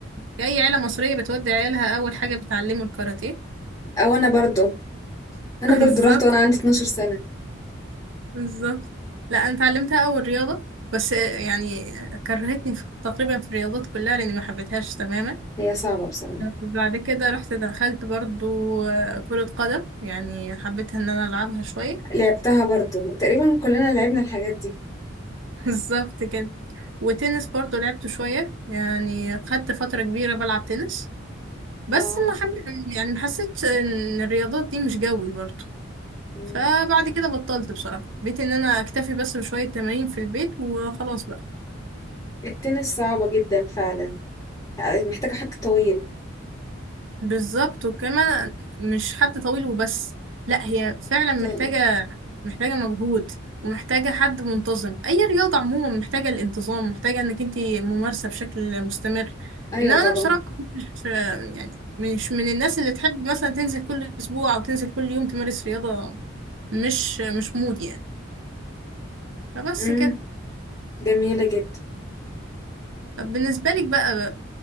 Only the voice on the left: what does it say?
او انا برضو انا
برضو
رحت وانا عندي 12 سنة
هي صعبة بصراحة
لعبتها برضو تقريبا كلنا لعبنا الحاجات دي
اه
مم.
التنس صعبة جدا فعلا محتاجة حد طويل
ط-
ايوه
طبعا
امم
جميلة جدا